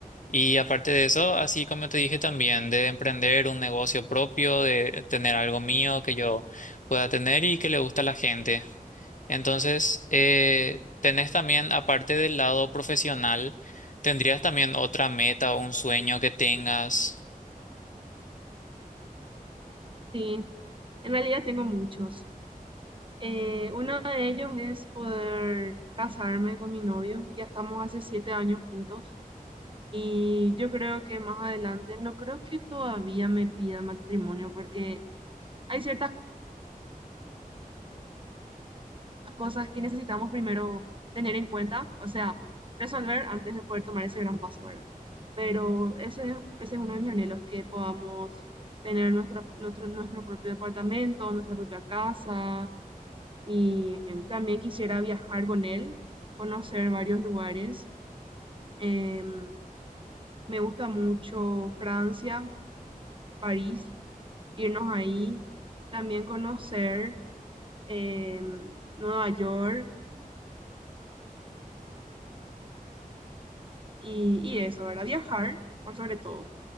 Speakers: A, on the left (about 60°); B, on the right (about 35°).
A: Y aparte de eso, así como te dije también, de emprender un negocio propio, de tener algo mío que yo pueda tener y que le guste a la gente. Entonces, eh, tenés también, aparte del lado profesional, ¿tendrías también otra meta o un sueño que tengas?
B: sí. En realidad tengo muchos. Eh, uno de ellos es poder casarme con mi novio. Ya estamos hace siete años juntos y yo creo que más adelante no creo que todavía me pida matrimonio porque hay ciertas cosas que necesitamos primero tener en cuenta, o sea, resolver antes de poder tomar ese gran paso, ¿verdad? Pero ese, es- ese es uno de mis anhelos, que podamos tener nuestra, nuestro, nuestro propio departamento, nuestra propia casa y em, también quisiera viajar con él, conocer varios lugares. Em, me gusta mucho Francia, París, irnos ahí, también conocer em, Nueva York y, y eso, ¿verdad? Viajar, por sobre todo.